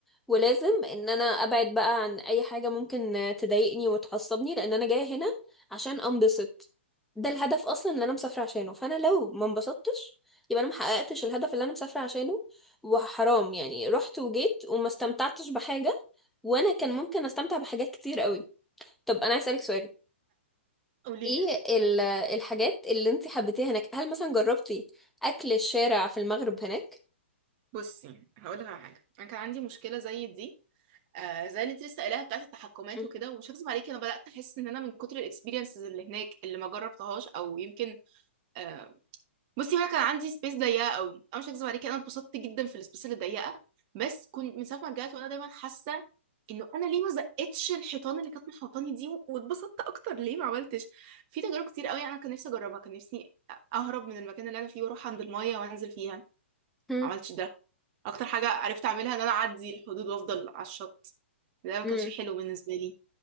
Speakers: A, in the centre; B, on the right (about 35°).
A: ولازم ان انا ابعد بقى عن اي حاجة ممكن تضايقني وتعصبني لان انا جاية هنا عشان انبسط ده الهدف اصلا اللي انا مسافره عشانه فانا لو ما انبسطتش يبقى انا ما حققتش الهدف اللي انا مسافره عشانه وحرام يعني رحت وجيت وما استمتعتش بحاجه وانا كان ممكن استمتع بحاجات كتير قوي طب انا عايز اسالك سؤال
B: قولي
A: ايه ال- الحاجات اللي انت حبيتيها هناك هل مثلا جربتي اكل الشارع في المغرب هناك
B: بصي هقول لك على حاجه انا كان عندي مشكله زي دي آه زي اللي انت لسه قايلاها بتاعت التحكمات
A: <laughs> مم.
B: وكده ومش هكذب عليكي انا بدات احس ان انا من كتر الاكسبيرينسز اللي هناك اللي ما جربتهاش او يمكن آه بصي هو انا كان عندي سبيس ضيقه قوي انا مش هكذب عليكي انا اتبسطت جدا في السبيس اللي ضيقه بس كنت من ساعه ما رجعت وانا دايما حاسه انه انا ليه ما زقتش الحيطان اللي كانت محوطاني دي و- واتبسطت اكتر ليه ما عملتش في تجارب كتير قوي انا كان نفسي اجربها كان نفسي اهرب من المكان اللي انا فيه واروح عند المايه وانزل فيها
A: <clears throat> مم.
B: ما عملتش ده اكتر حاجه عرفت اعملها ان انا اعدي الحدود وافضل على الشط ده ما
A: مم.
B: كانش حلو بالنسبه لي